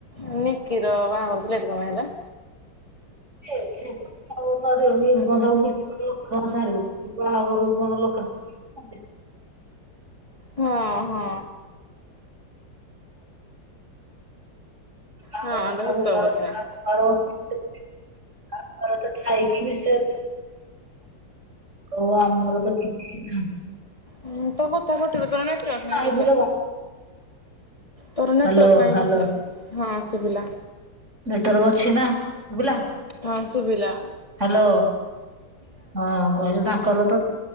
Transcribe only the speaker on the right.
ସିଏ କିଣନ୍ତୁ। ଆଉ ନିର୍ବନ୍ଧକୁ ବିସିନୁଁ ଲକ୍ଷ୍ୟେଙ୍କା ସାରିବ ବାହାଘରକୁ କଣ ଲକ୍ଷ୍ୟେ କଙ୍କା।
ଆ
ତା
ଭରସ
<unintelligible> ଆଉ ଥରେଟେ ତ ଖାଇକି ବି ସେ ହଉ ଆମର ତ କିଛି ନାଇ।
କିଛି
ନାହିଁ
ବୁଲ
ହ୍ୟାଲୋ
ହ୍ୟାଲୋ
ନେଟୱାର୍କ ଅଛି ନା ଶୁବିଲା?
ହ୍ୟାଲୋ ହଁ କୁହନ୍ତୁ ତାଙ୍କର ତ